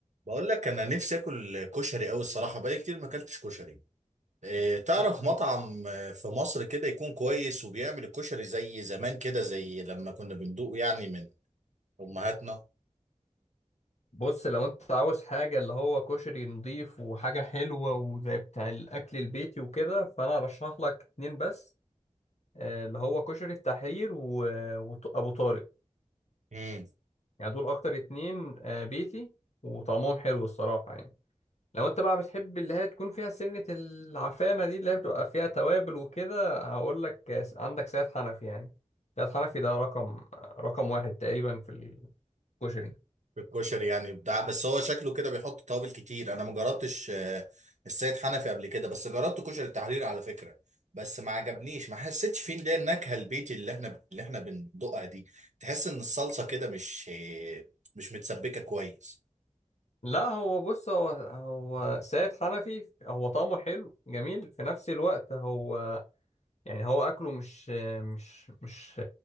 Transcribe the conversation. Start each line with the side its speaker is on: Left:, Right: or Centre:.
Right: بقول لك انا نفسي اكل كشري قوي الصراحه بقالي كتير ما اكلتش كشري إيه تعرف
Left: كشري
Right: مطعم آه، في مصر كده يكون كويس وبيعمل الكشري زي زمان كده زي لما كنا بندوقه يعني من امهاتنا
Left: بص لو انت عاوز حاجة اللي هو كشري نضيف وحاجة حلوة وزي بتاع الأكل البيتي وكده فأنا أرشح لك اتنين بس آه، اللي هو كشري التحرير و- وط- وأبو طارق
Right: امم
Left: يعني دول أكتر اتنين آه، بيتي وطعمهم حلو الصراحة يعني لو انت بقى بتحب اللي هي تكون فيها سنة العفانة دي اللي هي بتبقى فيها توابل وكده هقول لك آه، عندك سيد حنفي يعني سيد حنفي ده رقم رقم واحد تقريبا في الكشري
Right: الكشري يعني بتاع بس هو شكله كده بيحط توابل كتير انا ما جربتش آه، السيد حنفي قبل كده بس جربت كشري التحرير على فكره بس ما عجبنيش ما حسيتش فيه اللي هي النكهه البيتي اللي احنا اللي احنا بندوقها دي تحس ان الصلصه كده مش آه، مش متسبكه كويس
Left: لا هو بص هو هو سيد حنفي هو طعمه حلو جميل في نفس الوقت هو يعني هو اكله مش مش مش